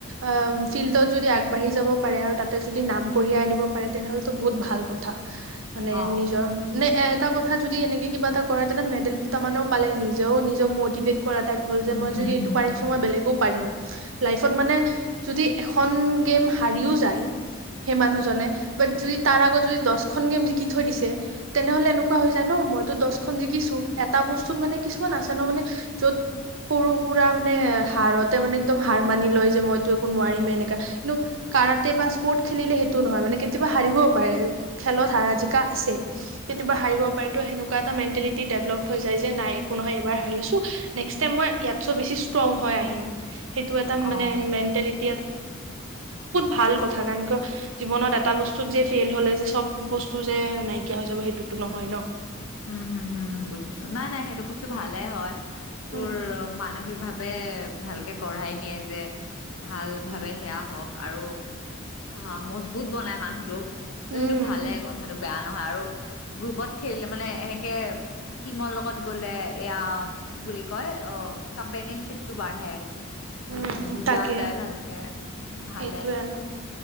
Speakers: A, on the right; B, on the left.
A: আহ ফিল্ডত যদি আগবাঢ়ি যাব পাৰে, আৰু তাতে যদি নাম কঢ়িয়াই আনিব পাৰে, তেনেহ'লেটো বহুত ভাল কথা। মানে
B: অ'।
A: নিজৰ মানে এ এটা কথা যদি এনেকৈ কিবা এটা কৰে তেনে মেডেল দুটামানেো পালে নিজেও নিজক মটিভেট কৰা টাইপ হ'ল
B: উম,
A: যে মই
B: হুম,
A: যদি এইটো
B: হুম,
A: পাৰিছো মই বেলেগো পাৰিম থৈ দিছে তেনেহলে এনেকুৱা হৈ যায় ন মইতো দহখন জিকিছো এটা বস্তুত মানে কিছুমান আছে ন মানে য'ত সৰু সুৰা মানে হাাৰতে মানে একদম হাৰ মানি লয় যে মইতো একো নোৱাৰিমে এনেকা ন কাৰাতে পছপোৰ্ট খেলিলে সেইটো নহয় মানে কেতিয়া হাৰিবও পাৰে খেলত হাৰা জি কা আছে কেতিাবা হাৰিব পাৰিতো সেনেকুৱা এটা মণ্টেলিটী ডেভলপ হৈ যায় যে নাই একো নহয় এইবাৰ হাৰিছো নেক্স টাইম মই ইয়াত চ বেছি ষ্ট্ৰং হৈ আহিম সেইটো এটা
B: অ',
A: মানে মেণ্টেলেটী স ভাল কথা ক জত এটা বস্তুত যে ফেই হলে যেব বু যে নাইকিয়া হৈ যাব সেইটোতো নহয় ন
B: উম হুম হুম বুজিছো নাই নাই সেইটো বস্তু ভালে হয় তোৰ
A: উম
B: মানসিক ভাৱ ভালকে গঢ়াই নিয়ে যে ভাল ভাবেতসেয়া হওক আৰু অ মজবুত বনাই মানুহটোক চ
A: উম
B: সেইটো ভালে কথাটো বেয়া নহয় আৰু গ্ৰুপত মানে এনেকে টিমৰ লগত গলে এয়া কি বুলি কয় অ কম্পেনিয়নশ্বিপ টো বাঢ়ে বুজ
A: উম
B: বুজা
A: তাকে
B: যায় ভালকে এইটো ভালে
A: সেইটোে আৰু